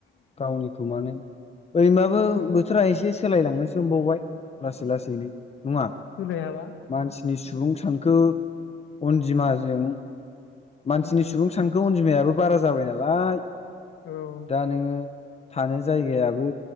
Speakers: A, on the left (about 30°); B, on the left (about 75°).
A: गावनिखौ माने ओरैनोबाबो
B: उम
A: बोथोरा एसे सोलायलांनोसो हमबावबाय लासै लासैनो नङा
B: सोलायाबा
A: मानसिनि
B: उम
A: सुबुं सानखो अनजिमाजों मानसिनि
B: उम
A: सुबुं सानखो अनजिमायाबो बारा जाबाय नालाय
B: औ उम
A: दा नोङो थानो जायगायाबो